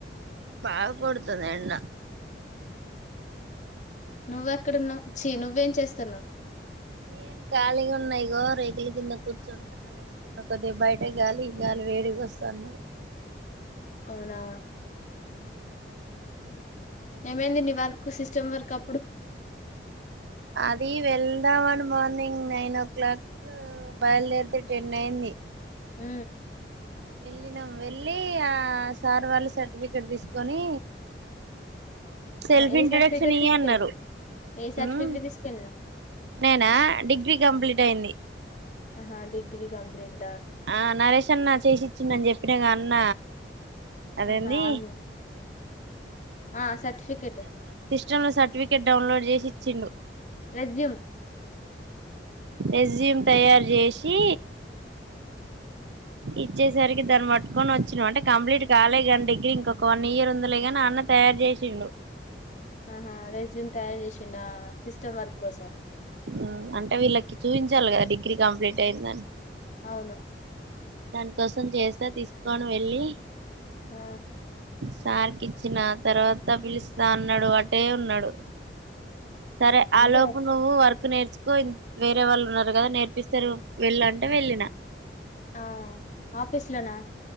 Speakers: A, on the right; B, on the left.
A: పావు కొడతుంది ఎండా
B: నువ్వ అక్కడున్నావ్ ఛీ నువ్వేం చేస్తన్నావ్
A: నేను ఖాళీగా ఉన్నాయి ఇగో రేగుల కింద కూర్చొని ఫ్యాన్ ఏసుకున్నా కొద్దిగ బయట గాలి గాలి వేడిగొస్తాంది.
B: అవునా ఏమైంది నీ వర్కు సిస్టమ్ వర్కు అప్పుడు
A: అది వెళ్దామని మార్నింగ్ నైన్ ఓ క్లాక్ బయలుదేరితే టెన్ అయింది
B: ఊ
A: వెళ్ళినాం వెళ్ళి ఆ సార్ వాళ్ళు సర్టిఫికెట్ తీసుకొని సెల్ఫ్
B: ఆ ఏ
A: ఇంట్రొడక్షన్
B: సర్టిఫికెట్
A: ఈ
B: తీసుకెళ్ళినవ్
A: అన్నారు
B: ఏ సర్టిఫికెట్
A: ఉమ్
B: తీసుకెళ్ళినవ్
A: నేనా డిగ్రీ కంప్లీట్ అయింది
B: ఆహా డిగ్రీ కంప్లీన్
A: ఆ నరేేశ్ అన్న చేసిచ్చిండని చె ప్పినగ అన్న అదేంది
B: ఆహా అన్న ఆ సర్టిఫికెట్
A: చంలో సర్టిఫికేట్ డౌన్లోడ్ చేసి ఇచ్చిండు
B: రెజ్యూమ్
A: రెజ్యూమ్ తయారు చేసి ఇచ్చేసరికి దాన్ని పట్టుకొని వచ్చినాం అంటే కంప్లీట్ కాలే కాని డిగ్రీ ఇంకొక వన్ ఇయర్ ఉందిలే కాని అన్న తయారు చేసిండు
B: ఆహా రైజూమ్ తయారు చేసిండా సిస్టమ్ వర్క్ కోసం
A: ఊ అంటే వీళ్ళకి చూయించాలి గా డిగ్రీ కంప్లీట్ అయ్యిందని
B: అవునా
A: దాని కోసం చేస్తా తీసుకోని వెళ్ళి
B: ఆ
A: సార్కి ఇచ్చిన తర్వాత పిలుస్తా అన్నాడు అటే ఉన్నాడు సరే
B: అంటే
A: ఆ లోపు నువ్వు వర్క్ నేర్చుకోయిం వేరే వాళ్ళు ఉన్నారు కదా నేర్పిస్తారు వెళ్ళు అంటే వెళ్ళిన
B: ఆ ఆఫీస్ లోనా